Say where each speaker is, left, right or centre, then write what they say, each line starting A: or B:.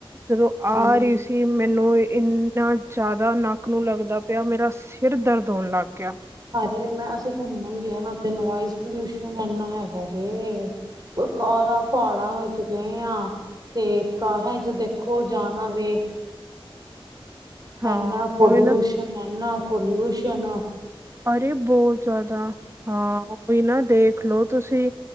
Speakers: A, on the right (about 30°); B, on the right (about 45°).
A: ਜਦੋ ਆ
B: ਹਾਂਜੀ,
A: ਰਹੀ ਸੀ ਮੈਨੂੰ ਇਨਾ ਜ਼ਿਆਦਾ ਨੱਕ ਨੂੰ ਲੱਗਦਾ ਪਿਆ ਮੇਰਾ ਸਿਰ ਦਰਦ ਹੋਣ ਲੱਗ ਗਿਆ
B: ਹਾਏ ਮੈਂ ਅਸੀਂ ਘੁੰਮਣ ਗਿਆ ਨਾ ਉਥੇ ਨੋਆਈਸ ਪਲੂਸ਼ਨ ਇਨਾ ਹੈਗਾ ਜੇ ਬਕਾਰ ਪਹਾੜਾਂ ਵਿਚ ਗਏ ਆ। ਤੇ ਕਾਰਾਂ ਚ ਦੇਖੋ ਜਾਣਾ ਵੇ।
A: <inaudible> ਹਾਂ
B: ਐਨਾ ਪਲਊਸਨ
A: ਉਹੀ ਨਾ
B: ਐਨਾ ਪਲਊਸਨ
A: ਅਰੇ ਬਹੁਤ ਜ਼ਿਆਦਾ ਹਾਂ, ਉਹੀ ਨਾ ਦੇਖਲੋ ਤੁਸੀਂ